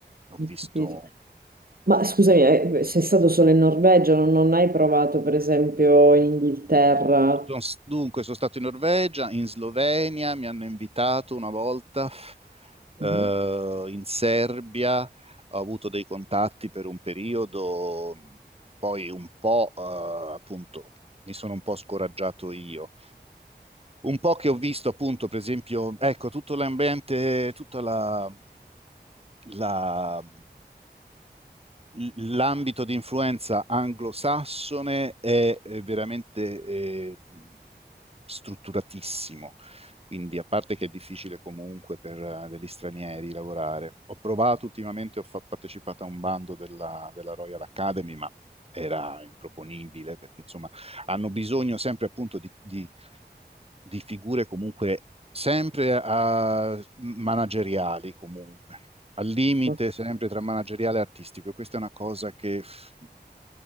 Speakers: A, on the right; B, on the right.
A: Ho
B: ho
A: visto.
B: capito. Ma scusami, eh, sei stato solo in Norvegia, non, non hai provato per esempio in Inghilterra?
A: Sono s- Dunque, sono stato in Norvegia, in Slovenia, mi hanno invitato una volta, eh,
B: Mhm.
A: in Serbia, ho avuto dei contatti per un periodo, poi un po', eh, appunto, mi sono un po' scoraggiato io. Un po' che ho visto, appunto, per esempio, ecco, tutto l'ambiente, tutta la, la- l'ambito di influenza anglosassone è eh, veramente eh, strutturatissimo, quindi a parte che è difficile comunque per eh, degli stranieri lavorare. Ho provato ultimamente, ho fa- partecipato a un bando della, della Royal Academy, ma era improponibile perché insomma hanno bisogno sempre appunto di, di di figure comunque sempre a- manageriali, comunque, al limite
B: Ho
A: sempre tra manageriale e artistico. E questa è una cosa che pff,